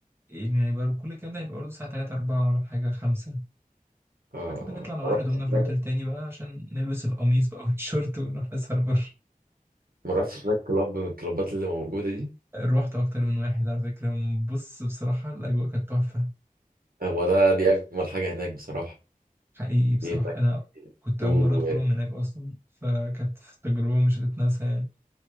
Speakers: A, on the right; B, on the right.
A: يعني برضه كل الكلام ده هيبقى برضه الساعة تلاتة أربعة ولا حاجة خمسة
B: اه
A: بعد كده نطلع نغير
B: ما رحتش
A: هدومنا في الأوتيل
B: هناك
A: تاني بقى عشان نلبس القميص بقى <laughs> والشورت ونروح نسهر بره
B: ما رحتش هناك كلاب من الكلابات اللي موجودة دي
A: روحت أكتر من واحد على فكرة بص بصراحة الأجواء كانت تحفة
B: هو ده دي أجمل حاجة هناك بصراحة
A: حقيقي بصراحة
B: في هناك
A: أنا كنت
B: تو
A: أول مرة أدخلهم هناك أصلا فكانت تجربة مش هتتنسى يعني